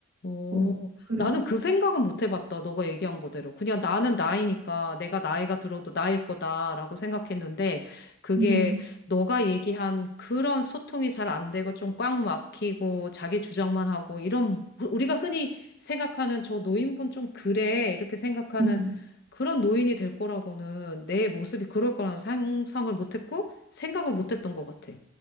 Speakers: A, on the left; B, on the right.
A: 오,
B: 어, 그래서,
A: 나는 그 생각은 못 해봤다. 너가 얘기한 거대로. 그냥 나는 나이니까 내가 나이가 들어도 나일 거다라고 생각했는데 그게
B: 음,
A: 너가 얘기한 그런 소통이 잘 안 되고 좀 꽉 막히고 자기 주장만 하고 이런 우리가 흔히 생각하는 저 노인분 좀 그래 이렇게 생각하는
B: 음.
A: 그런 노인이 될 거라고는 내 모습이 그럴 거라는 상상을 못 했고 생각을 못 했던 것 같아.